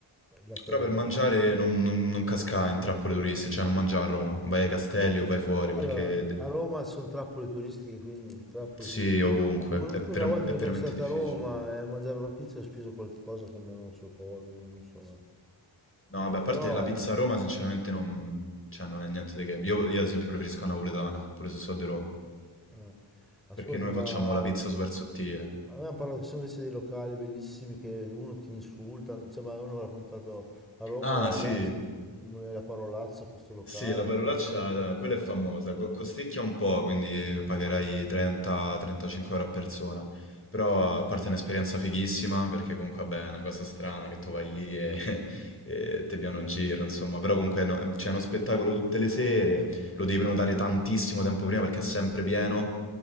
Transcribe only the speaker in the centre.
Laterano.
Eh,
Allora,
a Roma sono trappole turistiche, quindi trappole
turistiche.
Un-
Una volta
perché
sono stato
a Roma e a mangiare una pizza ho speso qualcosa come non so cosa, non so.
Eh,
però,
eh, ascolta,
ma
Avevamo parlato che sono invece dei locali bellissimi che uno ti insulta, cioè, ma uno mi ha raccontato a Roma
vai
là, c'è una- la parolaccia a questo locale
che ti insulta.